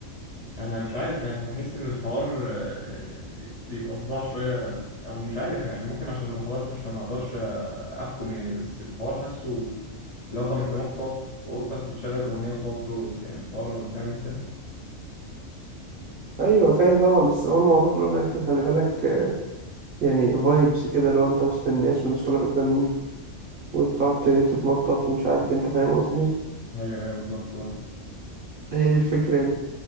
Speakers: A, on the left; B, on the right.
A: أنا مش عارف يعني بحس إن الحوار آه، بيبقى صداع شوية أو مش عارف يعني ممكن عشان ما حضرتش فما أقدرش أحكم يعني بس الحوار حاسه لو طب أنت ممكن تقعد في أوضتك وتشغل الأغنية وتقعد ترقص يعني الحوار فاهم أنت؟
B: أيوة فاهم طبعا بس هو الموضوع في الأول والآخر خلي بالك آه، يعني فايبس كده لو أنت وسط الناس والناس كلها بتغني وتقعد ت- تتنطط ومش عارف أنت فاهم قصدي؟
A: أيوه أيوه بالظبط برضه
B: هي دي الفكرة يعني